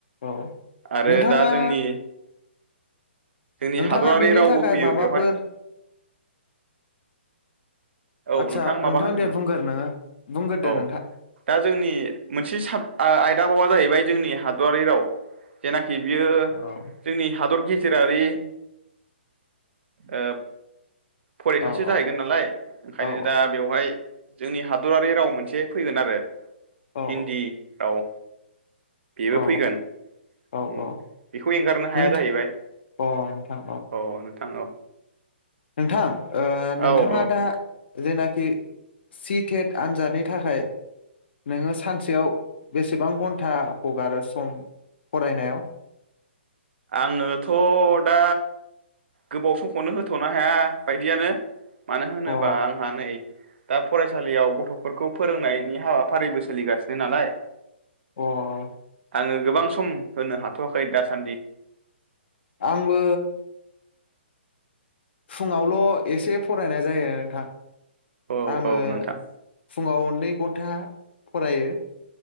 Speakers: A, on the left; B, on the right.
A: औ
B: आरो
A: नोंथाङा
B: दा जोंनि जोंनि
A: नोंथाङा
B: हादरारि
A: बेनि
B: रावबो
A: थाखाय
B: फैयो
A: माबाफोर
B: बेवहाय औ
A: आदसा
B: माबा
A: नोंथां
B: होनदोंमोन
A: दे बुंगोर नोङो बुंगोरदो
B: औ
A: नोंथां
B: दा जोंनि मोनसे साब आ-आयदाबावा जाहैबाय जोंनि हादआरारि राव जेनाखि बियो
A: औ
B: जोंनि हादर गेजेरारि ओ फरिखासो
A: औ
B: जाहैगोन
A: औ
B: नालाय ओंखायनो
A: औ
B: दा बेवहाय जोंनि हादरारि राव मोनसे फैगोन आरो
A: औ
B: हिन्दी आव बेबो
A: औ
B: फैगोन
A: औ
B: ओम
A: औ
B: बेखौ एंगारनो हाया
A: नोंथां
B: जाहैबाय
A: अ नोंथां
B: औ थां औ
A: नोंथां ओ नोंथाङा
B: औ औ
A: दा जेनाखि सि टेट आनजादनि थाखाय नोङो सानसेयाव बेसेबां घन्टा हगारो सम फरायनायाव
B: आङनोथ दा गोबाव समखौनो होथनो हाया बायदियानो मानो होनोबा
A: अ
B: आंहा नै दा फरायसालियाव गथफोरखौ फोरोंनायनि हाबाफारिबो सोलिगासिनो नालाय
A: अ
B: आङो गोबां स म होनो हाथवाखै दासान्दि
A: आंबो फुङावल एसे फरायनाय जायो नोंथां
B: ओ औ
A: आङो
B: औ नोंथां
A: फुङाव नै गथा फरायो।